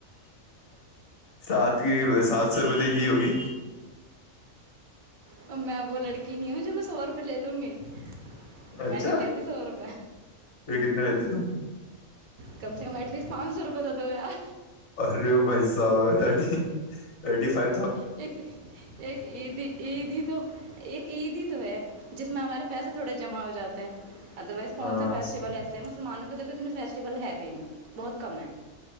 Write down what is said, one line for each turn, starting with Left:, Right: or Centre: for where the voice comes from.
Left: سات کی سات سو روپئے تو ا بھیھی ہوگی
Right: ا میں وہ لڑکی نہیں ہوں جو میں سو روپئے لے لوں گی میں
Left: اچھا
Right: نہیں لیتی سو روپے
Left: پھر کتنے لیتے تم
Right: کم سے کم ایٹ لیسٹ پانچ سو روپئے د دو یار
Left: ارے بھائی صا ترٹی تھرٹی فائ
Right: ایک ایک عید عید ہی تو ایک عیدی تو ہے جس میں ہمارے پیسے تھوڑے جمع ہو جاتے ہیں ادروائز کون
Left: ہاں
Right: سے فیسٹیول ایسے مسلمان کب کہ تن فیسٹیول ہے بھی نہیں بہت کم ہے